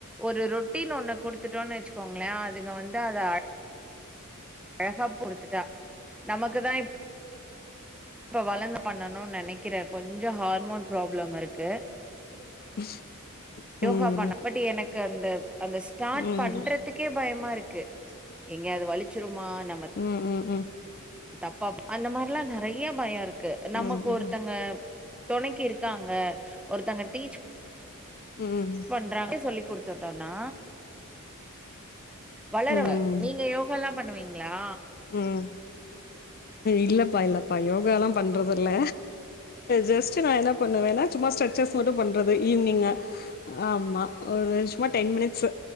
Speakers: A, in the centre; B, on the left.
A: ஒரு ரொட்டின் ஒண்ணு குடுத்துட்டோன்னு வெச்சுக்கோங்களே அதுங்க வந் த அத அழகா புடுத்துட்டா நமக்குதா இப் இப்ப வளர்ந்து பண்ணணும்னு நினைக்கிறேன் கொஞ்சம் ஹார்மோன் பராப்ளம் இருக்கு
B: <unintelligible>
A: யோகா
B: ம்
A: பண்ண பட் எனக் கண்ட அந்த ஸ்டார்ட்
B: ம்
A: பண்றதுக்கே பயமாரு க்கு எங்க அது வலிச்சுருமா நம்ப
B: ம் ம் ம்
A: தப்பா அந்த மார்லா நறய பயருக் கு நமக்கு
B: ம் ம்
A: ஒருத்தங்க துணைக்கி இருக்காங்க ஒருத்தங்க டீச்
B: ம் ம்
A: பண்றாங்க சொல்லி குடு சொட்டோனா வளரவ
B: ம்
A: நீங்க யோகாலா பண்ணுவி ங்களா
B: ம் இல்லபா இல்லபா யோகாலா பண்றதில்ல ஜஸ்ட் நா என்னா பண்ணுவேனா சும்மா ஸ்ரச்சஸ் மட்டு பண்றது ஈவ்னிங் ஆமா ஒரு சும்மா டென் மினிட்ஸ்சு